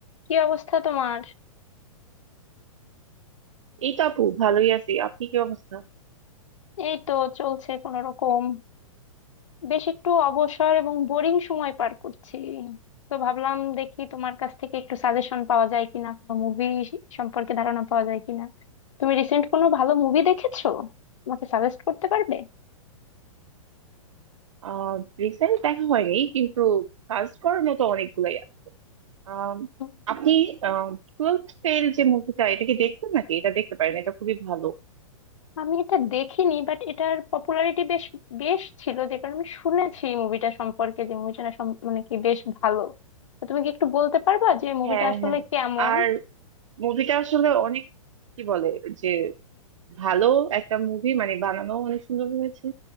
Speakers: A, on the left; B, on the right.
A: কি অবস্থা তোমার
B: এই তো আপু ভালোই আছি আপনি কি অবস্থা
A: এই তো চলছে কোন রকম বেশ একটু অবসর এবং বোরিং সময় পার করছি তো ভাবলাম দেখি তোমার কাছ থেকে একটু সাজেশন পাওয়া যায় কিনা কোনো মুভি সম্পর্কে ধারণা পাওয়া যায় কিনা তুমি রিসেন্ট কোনো ভালো মুভি দেখেছো আমাকে সাজেস্ট করতে পারবে
B: আহ রিসেন্ট দেখা হয়নি কিন্তু কাজ করার মতো অনেকগুলাই আছে আম,
A: উম,
B: আপনি টুয়েলভ ফেল যে মুভিটা এটা কি দেখছেন নাকি এটা দেখতে পারেন এটা খুবই ভালো
A: আমি এটা দেখিনি বাট এটার পপুলারিটি বেশ বেশ ছিল যে কারণে আমি শুনেছি মুভিটা সম্পর্কে যে মুভিটা মানে কি বেশ ভালো তো তুমি কি একটু বলতে পারবা যে মুভিটা
B: হ্যাঁ
A: আসলে
B: হ্যাঁ
A: কেমন
B: আর মুভিটা আসলে অনেক কি বলে যে ভালো একটা মুভি মানে বানানো অনেক সুন্দর হয়েছে